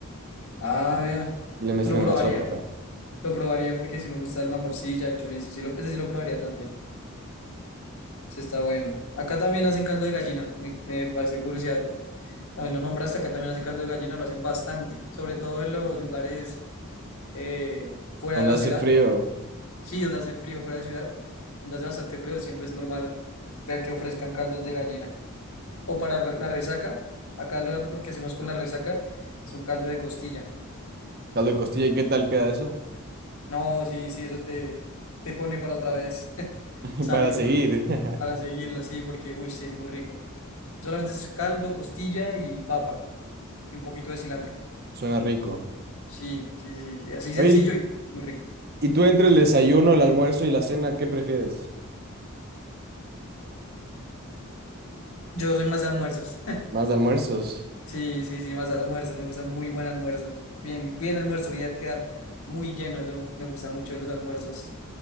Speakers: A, on the left; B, on the right.
A: ah,
B: y
A: vea,
B: y le mezclan
A: lo probaría,
B: en la sopa, ajá.
A: lo probaría porque sí me gusta el mamorcilla, el chorizo, sí lo, ese sí lo probaría también, sí está bueno. Acá también hacen caldo de gallina, me, me parece curiosidad, también lo nombraste, acá también hacen caldo de gallina, lo hacen bastante, sobre todo en los lugares eh, fuera
B: Donde
A: de la
B: hace
A: ciudad
B: frío,
A: Sí, donde hace frío fuera de ciudad, donde hace bastante frío, siempre es normal ver que ofrezcan caldos de gallina. O para re- la resaca, acá lo, lo que hacemos con la resaca es un caldo de costilla.
B: caldo de costilla, ¿y qué tal queda eso?
A: No, sí, sí, eso te, te pone para otra vez <laughs>
B: <laughs>
A: salir,
B: Para seguir,
A: porque-
B: <laughs>
A: para seguirlo así, porque, uy, sí, es muy rico. Solamente es caldo, costilla y papa, y un poquito de cilantro.
B: suena rico.
A: Sí, sí, sí, sí, así
B: Oye,
A: sencillo y muy rico.
B: ¿y tú entre el desayuno, el almuerzo y la cena, qué prefieres?
A: Yo soy más de almuerzos.
B: ¿Más de almuerzos?
A: Sí, sí, sí, más almuerzos, me gusta muy buen almuerzo. Bien, bien almuerzo, voy a quedar muy lleno, eso me gusta mucho de los almuerzos.